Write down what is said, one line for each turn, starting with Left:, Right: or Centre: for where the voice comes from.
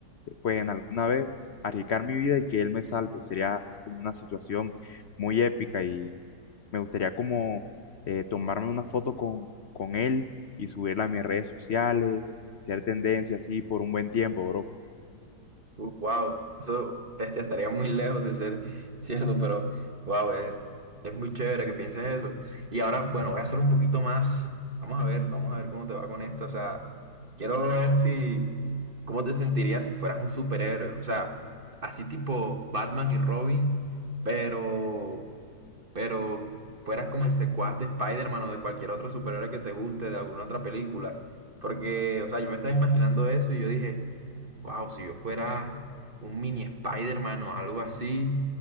Left: eh, pues, en alguna vez arriesgar mi vida y que él me salve. Sería como una situación muy épica y me gustaría como eh, tomarme una foto con, con él y subirla a mis redes sociales, ser tendencia así por un buen tiempo, bro.
Right: wow, eso este, estaría muy lejos de ser cierto, pero wow, es, es muy chévere que pienses eso. Y ahora, bueno, voy a hacer un poquito más. Vamos a ver, vamos a ver cómo te va con esto. O sea, quiero ver si, cómo te sentirías si fueras un superhéroe. O sea, así tipo Batman y Robin, pero pero fueras como el secuaz de Spider-Man o de cualquier otro superhéroe que te guste, de alguna otra película. Porque, o sea, yo me estaba imaginando eso y yo dije, wow, si yo fuera un mini Spider-Man o algo así,